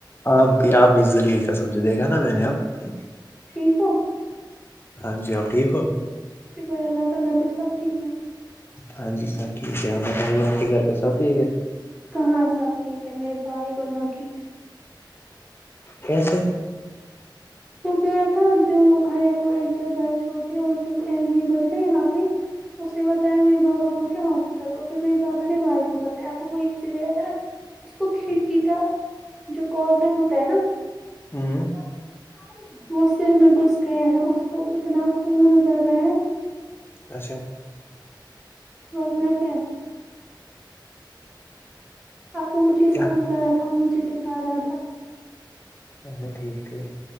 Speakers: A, on the left (about 30°); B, in the centre.
A: آپ بھی آپ بھی لیل قسم سے دیکھا نا میں نے اپ
B: ٹھیک ہو
A: ہاں جی آپ ٹھیک ہو
B: شکر اللہ کا گھر میں سب ٹھیک ہے
A: ہاں جی سب ٹھیک ہے آپ بتائیے آپ کے گھر پہ سب ٹھیک ہے
B: کہاں سب ٹھیک ہے میرے باہ ہی گلا کی
A: کیسے
B: وہ گیا تھا جو حیا کو ایک گھر چھوڑ دے اور جو <unintelligible> ن بر ہے نا یہاں پہ اس نے بتایا میرے بابا کو کہ ہاسپٹل ہو پھر میرے بابا نے بائی کو بتایا وہیں سے گیا تھا نا اس کو کھڑکی کا جو کارنر ہوتا ہے نا
A: ہوں
B: <unintelligible> وہ سر میں گھس گیا ہے اس کو اتنا خون اتر رہا ہے
A: اچھا
B: ورنہ کیا پاپا مجھے
A: کیا
B: فون کر رہا تھا وہ مجھے دکھا رہا تھا
A: اچھا ٹھیک ٹھیک